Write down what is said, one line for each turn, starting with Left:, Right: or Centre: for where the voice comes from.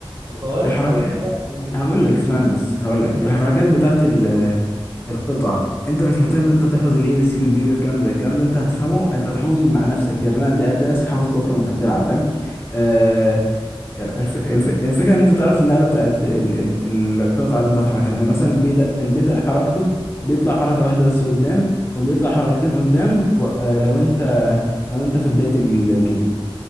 Right: والفوارس
Left: الحركات
Right: او القراء
Left: هقول لك اسمعني بس هقول لك الحركات بتاعت ال... القطع انت مش محتاج ان انت تحفظ الاي والسي والبي والكلام ده الكلام ده انت هتفهمه انت هتحفظه مع نفسك كده فاهم هتلاقي هتلاقي نفسك حفظته اصلا وانت بتلعب فاهم آه الف... الف... الفكره ان انت تعرف النقله بتاعت ال... ال... القطعه اللي انت هتحركها يعني مثلا البي ده البي ده حركته بيطلع حركه واحده بس قدام وبيطلع حركتين قدام و... آه لو انت لو انت في بدايه الجيم